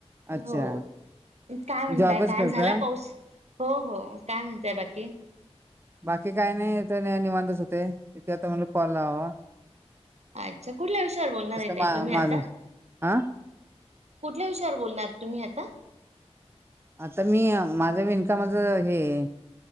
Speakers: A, on the right; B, on the right.
A: अच्छा.
B: हो काय म्हणताय?
A: जॉबच
B: काय
A: करता?
B: झाला पाऊस? हो हो काय म्हणताय बाकी.
A: बाकी काय नाही इथ निवांतच होते. तिथे आता म्हनल कॉल लावा.
B: अच्छा कुठल्या विषयावर बोलणार आहे ताई
A: मा
B: तुम्ही
A: माझं
B: आता.
A: हा
B: कुठल्या विषयावर बोलणार तुम्ही आता.?
A: आता मी माझं विणकामाचं हे.